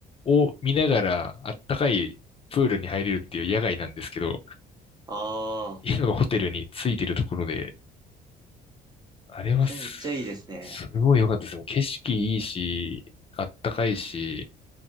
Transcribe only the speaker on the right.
ああ、
それめっちゃいいですね。